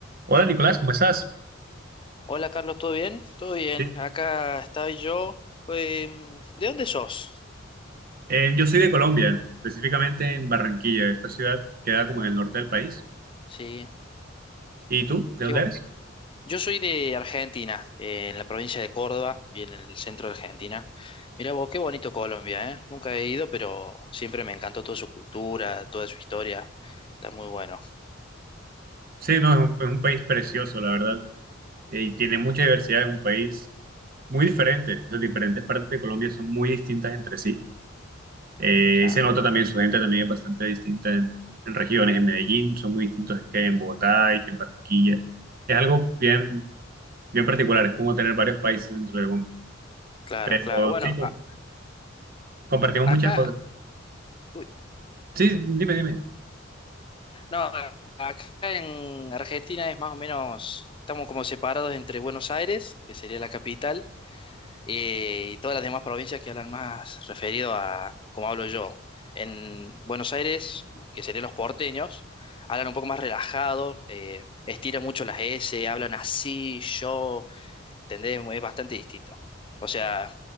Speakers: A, on the right; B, on the left.
A: Hola Nicolás, ¿cómo estás?
B: Hola Carlos, ¿todo bien? Todo bien,
A: Sí.
B: acá estoy yo. Em, ¿de dónde sos?
A: Eh, yo soy de Colombia, específicamente en Barranquilla. Esta ciudad queda como en el norte del país.
B: Sí,
A: ¿Y tú? ¿De
B: qué
A: dónde
B: bu-
A: eres?
B: Yo soy de Argentina, eh, en la provincia de Córdoba bien en el centro de Argentina. Mirá vos, qué bonito Colombia, ¿eh? Nunca he ido, pero siempre me encantó toda su cultura, toda su historia. Está muy bueno.
A: Sí, no, es un, es un país precioso, la verdad. Eh, y tiene mucha diversidad, es un país muy diferente. Las diferentes partes de Colombia son muy distintas entre sí. Eh,
B: Claro,
A: y se nota también, su gente también es bastante distinta en, en regiones. En Medellín son muy distintos que en Bogotá y que en Barranquilla. Es algo bien, bien particular, es como tener varios países dentro de uno.
B: claro,
A: Pero
B: claro. Bueno,
A: sí, com-
B: a-
A: compartimos
B: acá,
A: muchas cosas.
B: uy,
A: Sí, dime, dime.
B: no, a- acá en Argentina es más o menos, estamos como separados entre Buenos Aires, que sería la capital eh, y todas las demás provincias que hablan más referido a como hablo yo. En Buenos Aires, que serían los porteños, hablan un poco más relajados, eh, estiran mucho las S, hablan así, yo, ¿entendés? Es bastante distinto. O sea,